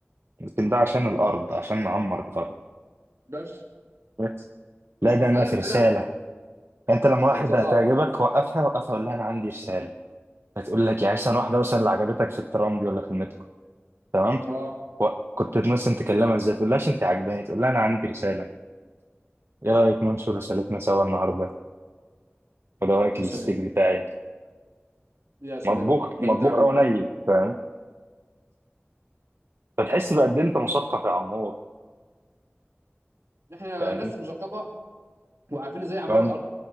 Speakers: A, on the right; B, on the right.
A: لكن ده عشان الارض عشان نعمر الارض
B: بس
A: بس. لا ده انا
B: انا
A: في رساله
B: انا
A: انت لما واحده
B: الله
A: هتعجبك وقفها وقفها قول لها انا عندي رساله هتقول لك يعني مثلا واحده مثلا اللي عجبتك في الترام دي ولا في المترو تمام
B: اه
A: و- كنت مثلا تكلمها ازاي تقول لهاش انت عجباني تقول لها انا عندي رساله ايه رايك ننشر رسالتنا سوا النهارده وده رايك
B: يا
A: الاستيك
B: سلام
A: بتاعي
B: يا سلام
A: مطبوخ
B: ده
A: مطبوخ
B: انت
A: او ني فاهم فتحس بقد إيه انت مثقف يا عمور
B: احنا
A: فاهم
B: ناس مثقفه وعارفين ازاي اعمار
A: وعن-
B: الارض